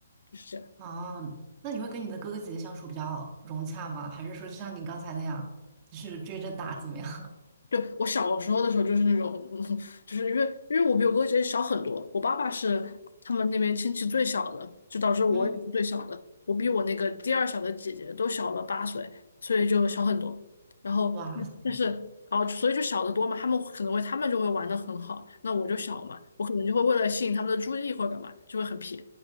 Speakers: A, on the left; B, on the right.
A: 就是这样。
B: 啊？那你会跟你的哥哥姐姐相处比较融洽吗？还是说就像你刚才那样，就是追着打怎么样？
A: 就我小时候的时候，就是那种，嗯，就是因为因为我比我哥姐姐小很多，我爸爸是他们那边亲戚最小的，就导致我也是最小的，
B: <laughs> 嗯，
A: 我比我那个第二小的姐姐都小了八岁，所以就小很多。然后嗯但是，
B: 哇塞，
A: 哦，所以就小得多嘛，他们可能会，他们就会玩得很好，那我就小嘛，我可能就会为了吸引他们的注意或者干嘛，就会很皮，